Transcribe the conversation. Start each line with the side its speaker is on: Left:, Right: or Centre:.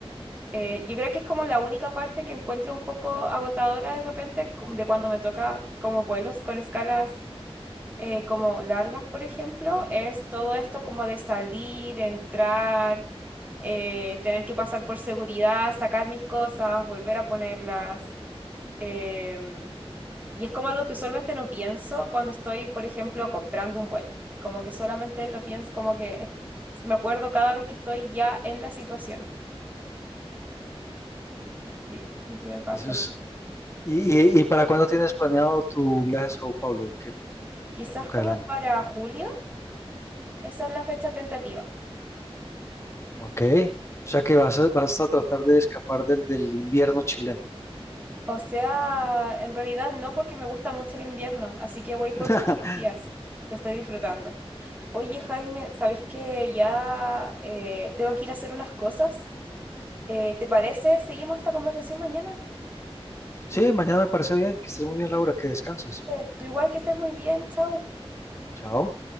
Right: Eh, yo creo que es como la única parte que encuentro un poco agotadora de repente com- de cuando me toca como vuelos con escalas eh, como largas, por ejemplo, es todo esto como de salir, entrar, eh, tener que pasar por seguridad, sacar mis cosas, volver a ponerlas. Em, y es como algo que usualmente no pienso cuando estoy, por ejemplo, comprando un vuelo. Como que solamente lo pienso, como que es- me acuerdo cada vez que estoy ya en la situación. Sí, siempre me pasa.
Left: Eso es, ¿Y, y- y para cuándo tienes planeado tu viaje a Sao Paulo? ¿En ¿Qué
Right: Quizás
Left: época
Right: como
Left: del año?
Right: para julio, esa es la fecha tentativa.
Left: Ok. O sea que vas a, vas a tratar de escapar del, del invierno chileno.
Right: O sea, en realidad no porque me gusta mucho el invierno, así que voy
Left: <laughs>
Right: por poquitos días. Lo estoy disfrutando.
Left: Ah, ok.
Right: Oye, Jaime, ¿sabéis que ya eh, tengo que ir a hacer unas cosas? Eh, ¿te parece? ¿Seguimos esta conversación mañana?
Left: Sí, mañana me parece bien. Que estés muy bien, Laura. Que descanses.
Right: Súper. Tú igual que estés muy bien, chao.
Left: Chao.